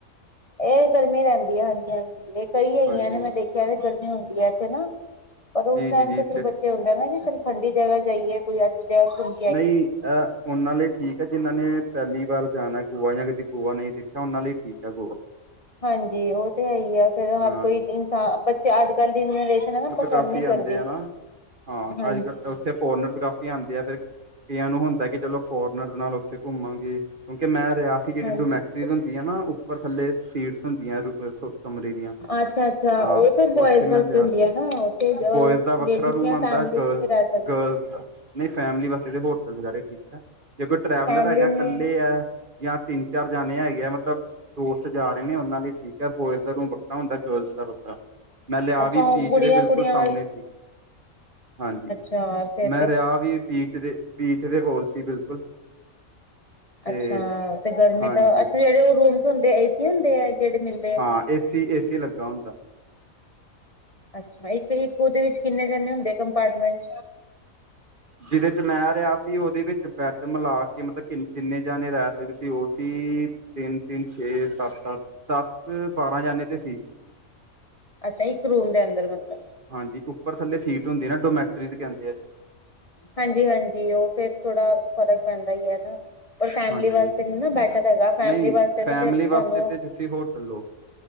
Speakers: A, on the left; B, on the right.
A: ਇਹ ਗਰਮੀ ਰਹਿੰਦੀ ਹੈ ਹਾਂਜੀ ਹਾਂਜੀ ਇਹ ਕਈ ਹੈਗੀਆਂ
B: ਹਾਂਜੀ
A: ਨੇ ਮੈਂ ਦੇਖ ਚਾਏ ਗਰਮੀ ਹੁੰਦੀ ਹੈ ਇੱਥੇ ਨਾਈ ਪਰ ਉਸ
B: ਜੀ
A: ਟਾਈਮ
B: ਜੀ ਜੀ
A: ਤੇ ਫਿਰ ਬੱਚੇ ਹ ਨਾ ਕਿ ਠੰਡੀ ਜਗਾ ਜਾਈਏ ਕੋਈ ਅੱਛੀ ਜਗਾ ਘੁੰ
B: ਨਹੀਂ ਐ ਉਹਨਾਂ ਲਈ ਠੀਕ ਹੈ ਜਿਹਨਾਂ ਨੇ ਪੈਲੀ ਵਾਰ ਜਾਣਾ ਗੋਆ ਜਾਂ ਕਦੀ ਗੋਆ ਨਹੀਂ ਦੇਖਿਆ ਉਹਨਾਂ ਲਈ ਠੀਕ ਹੈ ਗੋਆ
A: ਹਾਂਜੀ ਉਹ ਤੇ ਹੈ ਹੀ ਆ ਫੇਰ
B: ਹਾਂ
A: ਹਰ ਕੋਈ ਇਨਸਾਨ ਬੱਚੇ ਅੱਜ ਕੱਲ੍ਹ ਦੀ ਜਨਰੇਸ਼ਨ ਹੈ ਨਾ ਪਸੰਦ
B: ਕਾਫੀ
A: ਨਹੀਂ
B: ਆਂਦੇ
A: ਕਰਦੀ
B: ਆ ਨਾ ਹਾਂ
A: ਹਾਂਜੀ
B: ਅੱਜ ਕੱਲ ਉੱਥੇ ਫੋਰਨਰ ਸ ਕਾਫੀ ਜਾਂਦੇ ਆ ਫਿਰ ਕਈਆਂ ਨੂੰ ਹੁੰਦਾ ਕਿ ਚਲੋ ਫੋਰਨਰਜ਼ ਨਾਲ ਉੱਥੇ ਘੁੰਮਾਂਗੇ ਕਿਉਂਕਿ ਮੈਂ ਰਿਆਸੀ ਜਿਹੜੀ
A: ਹਾਂਜੀ
B: ਡੋਮੈਟਰੀੁੰ ਦੀਆਂ ਨਾ ਉੱਪਰ ਥੱਲੇ ਸੀਟਸ ਹੁੰਦੀਆਂ ਕਮਰੇ ਦੀਆਂ
A: ਅੱਛਾ ਅੱਛਾ
B: ਹਾਂ
A: ਉਹ ਫਿਰ ਬੋਇਜ਼
B: ਉੱਥੇ ਮੈਂ
A: ਵਾਸਤੇ
B: ਲਿਆ
A: ਹੁੰਦੀ
B: ਸੀ
A: ਹੈ ਨਾ ਉੱਥੇ
B: ਬੋਇਜ਼ ਦਾ ਵੱਖਰਾ
A: ਲੇਡੀਜ਼
B: ਰੂਮ
A: ਦੀਆਂ
B: ਆਉਂਦਾ
A: ਫੈਮਲੀ
B: ਗਰਲ
A: ਨਹੀਂ ਰਹਿ ਸਕਦੀ
B: ਗਰਲਜ਼ ਨਹੀਂ ਫੈਮਲੀ ਵਾਸਤੇ ਹੋਟਲ ਵਗੈ ਠੀਕ ਹੈ ਜੇ ਕੋਈ ਟਰੈਵਲਰ
A: ਫੈਮਲੀ
B: ਹੈਗਾ ਇਕੱਲੇ
A: ਨੇ
B: ਹੈ ਜਾਂ ਤਿੰਨ ਚਾਰ ਜਾਣੇ ਹੈਗੇ ਹੈ ਮਤਲਬ ਦੋਸਤ ਜਾ ਰਹੇ ਨੇ ਉਹਨਾਂ ਲਈ ਠੀਕ ਹੈ ਬੋਇਜ਼ ਦਾ ਰੂਮ ਵੱਖਰਾ ਹੁੰਦਾ ਗਰਲਜ਼ ਦਾ ਵੱਖਰਾ ਮੈਂ ਲਿਆ
A: ਅੱਛਾ
B: ਵੀ
A: ਉਹ
B: ਬੀਚ
A: ਕੁੜੀਆਂ
B: ਦੇ ਬਿਲਕੁਲ
A: ਕੁੜੀਆਂ
B: ਸਾਮਣੇ ਸੀ ਹਾਂਜੀ
A: ਚਾਰ ਫਰ
B: ਦਰਿਆ ਵੀ ਬੀਚ ਦੇ ਬੀਚ ਦੇ ਕੋਲ ਸੀ ਬਿਲਕੁਲ ਤੇ
A: ਅੱਛਾ ਤੇ ਗਰਮੀ
B: ਹਾਂਜੀ
A: ਤਾਂ ਅੱਛਾ ਜਿਹੜੇ ਉਹ ਰੂਮਸ ਹੁੰਦੇ ਏ ਸੀ ਹੁੰਦੇ ਆ ਜਿਹੜੇ ਮਿਲ
B: ਹਾਂ ਏਸੀ ਏਸੀ ਲੱਗਾ ਹੁੰਦਾ
A: ਅੱਛਾ ਇੱਕ ਇੱਕ ਉਹਦੇ ਵਿੱਚ ਕਿੰਨੇ ਜਣੇ ਹੁੰਦੇ ਕੰਪਾਰਟਮੈਂਟ
B: ਜਿਹਦੇ ਚ ਮੈਂ ਰਿਹਾ ਸੀ ਉਹਦੇ ਵਿੱਚ ਬੈਡ ਮਿਲਾ ਕੇ ਮਤਲਬ ਕਿੰਨ ਜਿੰਨੇ ਜਾਣੇ ਰਹਿ ਸਕਦੇ ਸੀ ਉਹ ਸੀ ਤਿੰਨ ਤਿੰਨ ਛੇ ਸੱਤ ਸੱਤ ਦਸ ਬਾਰਾਂ ਜਾਣੇ ਤੇ ਸੀ
A: ਅੱਛਾ ਇੱਕ ਰੂਮ ਦੇ ਅੰਦਰ ਮਤਲਬ
B: ਹਾਂਜੀ ਉੱਪਰ ਥੱਲੇ ਸੀਟ ਹੁੰਦੀ ਨਾ ਡੋਮੈਟਰੀਜ਼ ਕਹਿੰਦੇ ਆ
A: ਹਾਂਜੀ ਹਾਂਜੀ ਉਹ ਫੇਰ ਥੋੜਾ ਫ਼ਰਕ ਪੈਂਦਾ ਹੀ ਹਨਾ ਪਰ ਫੈਮਿਲੀ
B: ਹਾਂਜੀ
A: ਵਾਸਤੇ ਨਾ ਬੈਟਰ ਹੈਗਾ ਫੈਮਲੀ
B: ਨਹੀਂ
A: ਵਾਸਤੇ
B: ਫੈਮਿਲੀ
A: ਤੇ ਫੇਿਰ
B: ਵਾਸਤੇ
A: ਸਾਨੂੰ
B: ਤੇ ਤੁਸੀਂ ਹੋਟਲ ਲਓ